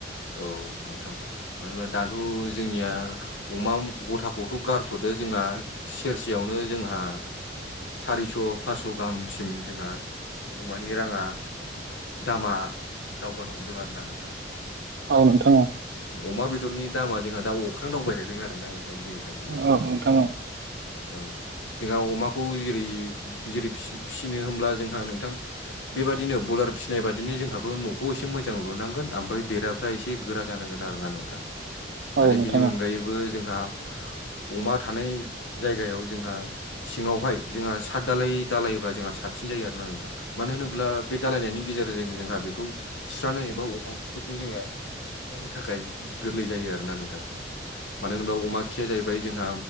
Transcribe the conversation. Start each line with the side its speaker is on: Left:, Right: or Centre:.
Left: औ नोंथां मानो होनब्ला दाथ' जोंनिया अमा गथाखौथ' गारथ'दो जोंहा सेरसेयावनो जोंहा सारिस' फास्स' गाहामसिम जोंहा अमानि राङा दामा दावगानो हमदों आरोना नोंथां।
Right: औ नोंथां औ।
Left: अमा बेदरनि दामा जोंहा दा अख्रां दावबायहैदों आरो नोंथां बुंनो थाङोब्ला
Right: औ नोंथां औ।
Left: औ जोंहा अमाखौ जेरै जेरै फिसि फिसिनो होमब्ला जोंहा नोंथां बेबायदिनो बलार फिसिनाय बादिनो जोंहाबो न'खौ एसे मोजां लुनांगोन ओमफ्राय बेरा फ्रा एसे गोरा जानांगोन आरोना नोंथां
Right: औ नोंथां औ
Left: आरो
Right: नोंथां औ नोंथां
Left: बिनि
Right: औ नोंथां औ नोंथां
Left: अनगायै बो जोंहा अमा थानाय जायगायाव जोंहा सिङावहाय जोंहा साद दालाय दालायोब्ला जोंहा साबसिन जायो आरोना नोंथां मानो होनोब्ला बे दालायनायनि गेजेरजों जोंहा बे खौ सुस्रनानैबा अमा खिफोरखौ जोंङो थिखांनो थाखाय गोरलै जायो आरो ना नोंथां। मानो होनोब्ला अमा खिया जाहैबाय जोंहा